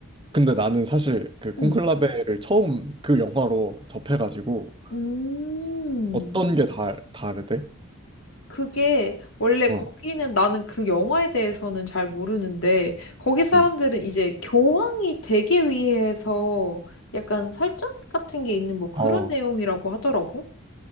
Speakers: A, on the right; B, on the left.
A: 근데 나는 사실 그 콘클라베를
B: 응.
A: 처음 그 영화로 접해가지고
B: 음.
A: 어떤 게 다, 다르대?
B: 그게 원래 거기는
A: 어,
B: 나는 그 영화에 대해서는 잘 모르는데 거기 사람들은
A: 응.
B: 이제 교황이 되기 위해서 약간 설정 같은 게 있는 뭐 그런
A: 어,
B: 내용이라고 하더라고.